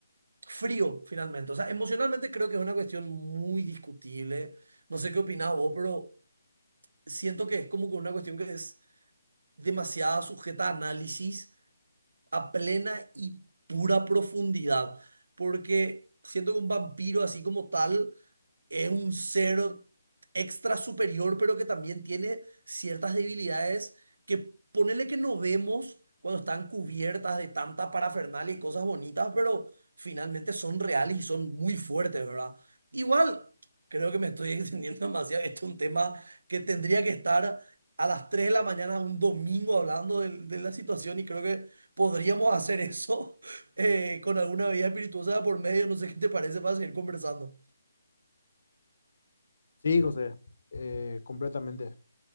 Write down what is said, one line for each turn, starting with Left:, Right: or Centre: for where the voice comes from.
Right: frío finalmente. O sea, emocionalmente creo que es una cuestión muy discutible. No sé qué opinás vos, pero siento que es como que una cuestión que es demasiada sujeta a análisis a plena y pura profundidad, porque siento que un vampiro así como tal es un ser extra superior, pero que también tiene ciertas debilidades que ponele que no vemos cuando están cubiertas de tanta parafernalia y cosas bonitas, pero finalmente son reales y son muy fuertes, ¿verdad? Igual, creo que me estoy <laughs> extendiendo demasiado. Esto es un tema que tendría que estar a las 3 de la mañana un domingo hablando de, de la situación y creo que podríamos hacer eso <laughs> eh, con alguna bebida espirituosa por medio. No sé qué te parece para seguir conversando.
Left: Sí, José, eh, completamente.